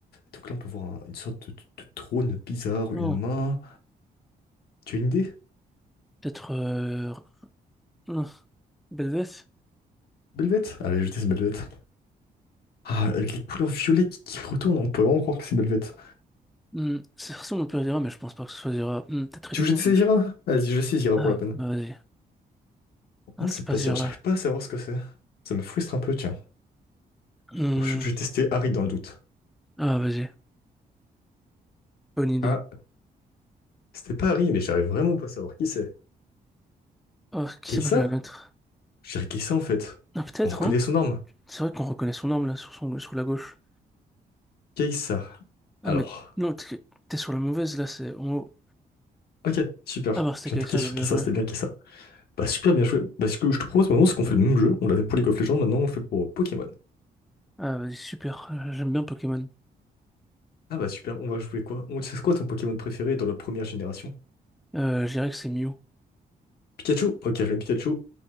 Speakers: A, on the left (about 75°); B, in the centre.
A: donc là, on peut voir un- une sorte de, de- de trône bizarre,
B: Oh,
A: une main. Tu as une idée?
B: peut-être... Euh... hmm, Belveth?
A: Belvette? Allez, je teste Belvette. Ah, avec les couleurs violettes qui qui retournent, on peut vraiment croire que c'est Belvette.
B: Hmm, C'est ressemble un peu à Zera, mais je pense pas que ce soit Zera. Hmm, peut-être
A: Tu
B: Elysium.
A: veux que je te saisira?
B: mais je-
A: Vas-y, je saisira
B: Ah,
A: pour l'open.
B: bah vas-y. Ah,
A: Non,
B: c'est
A: c'est
B: pas
A: pas
B: Zera.
A: dire, j'arrive pas à savoir ce que c'est. Ça me frustre un peu, tiens.
B: Hmm,
A: Oh, je je vais tester Harry dans le doute.
B: Ah, vas-y. Bonne idée.
A: Ah, c'était pas Harry, mais j'arrive vraiment pas à savoir qui c'est.
B: Oh, qui
A: Keissa?
B: ça peut bien être?
A: Je dirais Keissa en fait.
B: Ah, peut-être,
A: On reconnaît
B: hein?
A: son arme.
B: C'est vrai qu'on reconnaît son arme, là, sur son... sur la gauche.
A: Keissa.
B: Ah,
A: Alors.
B: mais... Non, t'es t'es sur la mauvaise, là, c'est en haut.
A: Ok, super.
B: Ah, bah, c'était
A: J'ai
B: KSA,
A: cliqué sur
B: bah, bien
A: Keissa,
B: joué.
A: c'était bien Keissa. Bah super, bien joué. Bah ce que je te propose maintenant, c'est qu'on fait le même jeu. On l'avait pour League of Legends, maintenant on le fait pour Pokémon.
B: Ah, vas-y, super. Euh, J'aime bien Pokémon.
A: Ah bah super, on va jouer quoi? On... C'est quoi ton Pokémon préféré dans la première génération?
B: Euh, je dirais que c'est Mew.
A: Pikachu? Ok, je mets Pikachu.